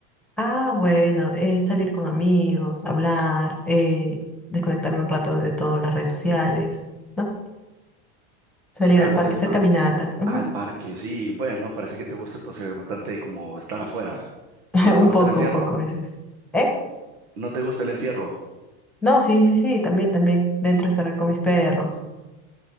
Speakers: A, in the centre; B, on the right.
A: Ah, bueno, eh, salir con amigos, hablar, eh, desconectarme un rato de todas las redes sociales, ¿no? Salir
B: Ah,
A: al
B: entonces,
A: parque, hacer
B: ajá.
A: caminatas. ujú.
B: Al parque, sí. Bueno, parece que te gusta entonces bastante como estar afuera.
A: <laughs>
B: ¿No te
A: Un
B: gusta
A: poco,
B: el encierro?
A: un poco a veces. ¿Eh?
B: ¿No te gusta el encierro?
A: No, sí, sí, sí, también, también. Dentro estar con mis perros.